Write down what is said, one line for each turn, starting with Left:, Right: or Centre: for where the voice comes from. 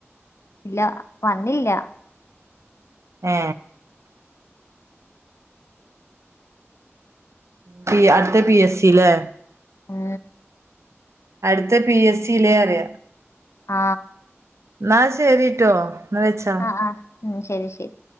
Left: ഇല്ല വന്നില്ല
Right: ഏ പി അടുത്ത പി എസ് സി ല്ലേ
Left: ഉം
Right: അടുത്ത പി എസ് സി യില്ലേ റയാ
Left: ആ
Right: ന്നാ ശരിട്ടോ ന്ന വെച്ച
Left: ആഹ് ആഹ് ഉം ശരി ശരി